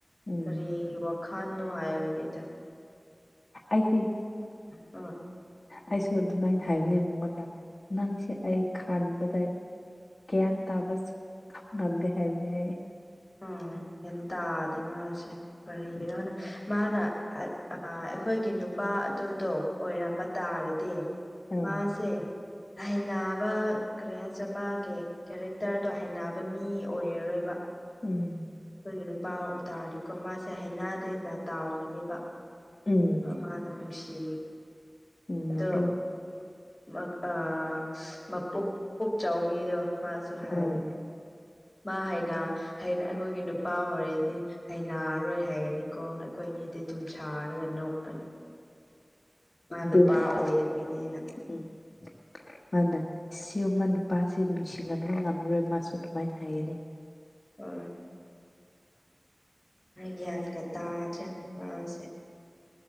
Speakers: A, on the left (about 55°); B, on the left (about 30°).
A: ꯎꯝ
B: ꯀꯔꯤꯒꯤ ꯋꯥ ꯈꯥꯟ ꯅꯨꯡꯉꯥꯏꯌꯦꯕꯅꯤꯗ
A: ꯑꯩꯗꯤ
B: ꯍꯣꯏ
A: ꯑꯩꯁꯨ ꯑꯗꯨꯃꯥꯏꯅ ꯍꯥꯏꯕꯅꯦ ꯃꯉꯣꯟꯗ ꯅꯪꯁꯦ ꯑꯩ ꯈꯥꯟꯕꯗ ꯒ꯭ꯌꯥꯟ ꯇꯥꯕꯁ ꯉꯝꯗ ꯍꯥꯏ ꯌꯥ
B: ꯎꯝ ꯀꯩ ꯇꯥꯗꯦ ꯃꯥꯁꯦ ꯀꯔꯤꯅꯣꯅ ꯃꯥꯅ ꯑꯩꯈꯣꯏꯒꯤ ꯅꯨ ꯅꯨꯄꯥ ꯑꯗꯨꯗꯣ ꯑꯣꯏꯔꯝꯕ ꯇꯥꯔꯗꯤ
A: ꯑꯪ
B: ꯃꯥꯁꯦ ꯍꯩꯅꯕ ꯀꯔꯤ ꯍꯥꯏꯁꯤꯔ ꯃꯥꯒꯤ ꯀꯦꯔꯦꯛꯇꯔꯗꯣ ꯍꯩꯅꯕ ꯃꯤ ꯑꯣꯏꯔꯔꯣꯏꯕ
A: ꯎꯝ
B: ꯑꯩꯈꯣꯏꯒꯤ ꯅꯨꯄꯥ ꯇꯥꯔꯗꯤꯀꯣ ꯃꯥꯁꯦ ꯍꯅꯗꯦꯗꯅ ꯇꯥꯎꯔꯅꯦꯕ
A: ꯎꯝ
B: ꯃꯥꯅ ꯅꯨꯡꯁꯤ
A: ꯎꯝ
B: ꯑꯗꯣ
A: ꯑꯗꯨ
B: ꯃ ꯑꯥ ꯃꯄꯨꯛ ꯄꯨꯛ ꯆꯥꯎꯕꯤꯗꯣ ꯃꯥꯁꯨ
A: ꯑꯥ
B: ꯍꯥꯏꯕꯅꯦ ꯃꯥ ꯍꯥꯏꯅ ꯍꯩꯅ ꯑꯩꯈꯣꯏꯒꯤ ꯅꯨꯄꯥ ꯑꯣꯏꯔꯗꯤ ꯍꯩꯅꯔꯔꯣꯏ ꯍꯥꯏꯒꯅꯤꯀꯣ ꯑꯩꯈꯣꯏ ꯑꯅꯤꯗꯤ ꯊꯨꯝꯁꯥꯔ ꯔꯒ ꯅꯣꯛꯄꯅꯤ ꯃꯥ
A: ꯑꯗꯨꯅꯦ
B: ꯅꯨꯄꯥ ꯑꯣꯏꯕꯒꯤꯅꯦꯅ
A: ꯎꯝ
B: <inaudible>
A: ꯃꯥꯅ ꯁꯤ ꯃꯥ ꯅꯨꯄꯥꯁꯤ ꯅꯨꯡꯁꯤꯂꯝꯕ ꯉꯝꯃꯔꯣꯏ ꯃꯥꯁꯨ ꯑꯗꯨꯃꯥꯏꯅ ꯍꯥꯏꯒꯅꯤ
B: ꯎꯝ ꯒ꯭ꯌꯥꯟꯒ ꯇꯥꯗ꯭ꯔꯦ ꯃꯥꯁꯦ